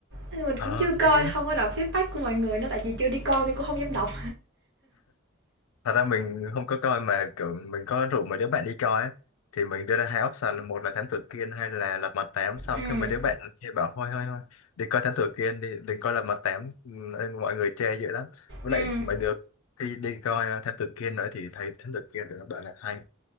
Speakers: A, on the right (about 60°); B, on the left (about 80°).
A: mình
B: ờ
A: cũng chưa coi,
B: thấy
A: không có đọc feedback của mọi người nữa, tại vì chưa đi coi nên cũng không dám đọc.
B: thật ra mình không có coi mà kiểu mình có rủ mấy đứa bạn đi coi ấy. thì mình đưa ra hai option là một là thám tử Kiên hay là lật mặt tám xong
A: Ừm,
B: cái mấy đứa bạn chê bảo thôi thôi thôi đi coi thám tử Kiên đi đừng coi lật mặt tám ừ, mọi người chê dữ lắm với
A: ừm,
B: lại mấy đứa khi đi coi ờ, thám tử Kiên nữa thì thấy thám tử Kiên thì nó bảo là hay